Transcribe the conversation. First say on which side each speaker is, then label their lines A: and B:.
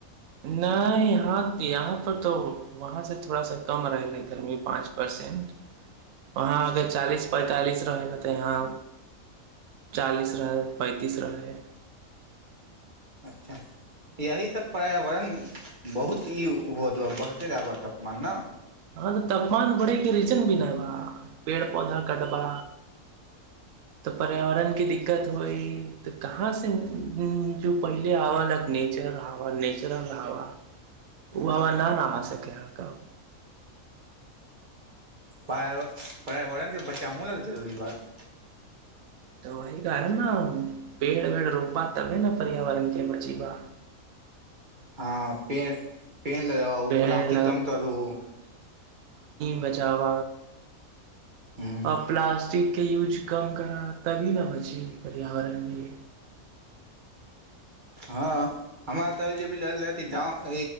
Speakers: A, on the right (about 70°); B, on the right (about 35°).
A: नहि यहाँ यहाँ पर तऽ वहाँ से थोड़ा सा कम रहलै गरमी पाँच परसेंट वहा अग चालीस पैंतालिस रहे त यहाँ चालिस रहल पैन्तिस रहल
B: अच्छा यही सब पर्यावरण बहुत ई होत ना बढ़ते जाब तापमान ने
A: हँ त तफमान बढ़ेके रीजन भी नहि बा पेड़ पौधा कटबा तऽ पर्यावरण क दिक्कत होई तऽ कहाँ से जो पहिले आव लक नेचर हवा नेचुरल हवा ओ हवा न न सक अहाँके
B: प पर्यावरण के बच्चाहु न तऽ जरूरी बात
A: तऽ वहिी कह है न पेड़ वेड़ रोबबा तबे ने पर्यावरण के बचीबा
B: हँ पे पेड़ लगाउ
A: पेड़
B: प्लास्टिक तम तरू
A: बचाब
B: ह
A: आ प्लासटिक के यूज कम करा तभी न बची पर्यावरण मे
B: हँ हमरा तभी जे भी ल रह गव